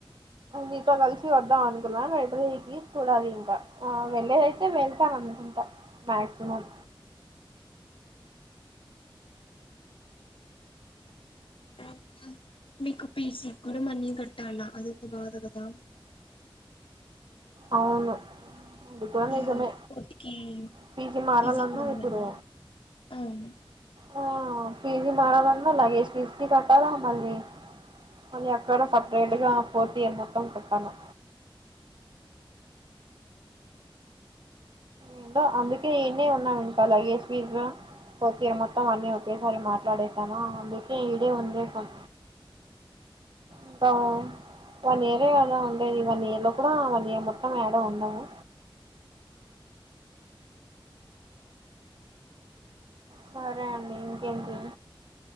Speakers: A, on the right (about 60°); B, on the left (about 75°).
A: నీతో కలిసి వద్దాం అనుకున్నా రైపుఇకి చూడాలి ఇంకా అ వెళ్లేదైతే వెళ్తాను అను ఉంటా మాక్సిమం
B: ఇంకేం మీకు పిసి కూడా మనీ కట్టాల అది ఒక బాధ కదా
A: అవును ఉండుకో కూడా నిజమే
B: ఈ కోటికి
A: పీజీ మారాలన్నా
B: పీజీకి మనీ
A: ఇప్పుడు
B: కట్టాలా అవును
A: ఆ ఫిజీ మారాలన్నా లగేజ్ ఫీజీ కట్టాలా మళ్ళీ అది అక్కడ సపరేట్గా ఫోర్త్ ఇయర్ మొత్తం కుట్టాలా ఏంటో అందుకే ఇడనే ఉన్నా ఇంకా లగేజ్ <unintelligible> ఓకే ఇడ మొత్తం అన్నీ ఒకేసారి మాట్లాడేసామా అందుకే ఇడే ఉండేశాం ఇంకా వన్ ఇయరే కదా ఉండేది వన్ ఇయర్ లో కూడా వన్ ఇయర్ మొత్తం యాడ ఉండము సరే అండి ఇంకేంటి